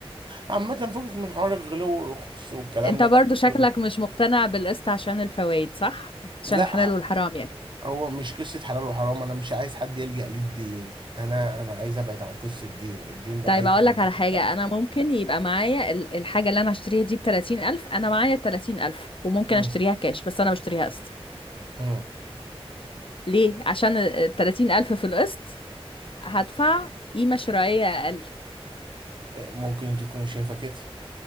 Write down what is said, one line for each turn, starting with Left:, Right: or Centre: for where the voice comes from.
Right: عامة فوقك من حوار الغلو والرخص والكلام
Left: انت
Right: ده
Left: برضو
Right: بس
Left: شكلك
Right: برضه
Left: مش مقتنع بالقسط عشان الفوائد صح عشان
Right: لا
Left: الحلال والحرام يعني
Right: هو مش قصة حلال وحرام انا مش عايز حد يلجأ للدين انا انا عايز ابعد عن قصة الدين الدين ده
Left: طيب
Right: عايز
Left: اقول
Right: يخليني
Left: لك على
Right: في
Left: حاجة
Right: حاجة
Left: انا ممكن يبقى معايا ال- الحاجة اللي انا هشتريها دي بتلاتين الف انا معايا التلاتين الف وممكن
Right: امم
Left: اشتريها كاش بس انا بشتريها قسط
Right: امم
Left: ليه عشان التلاتين الف في القسط هدفع قيمة شرائية اقل
Right: ممكن تكون شايفة كده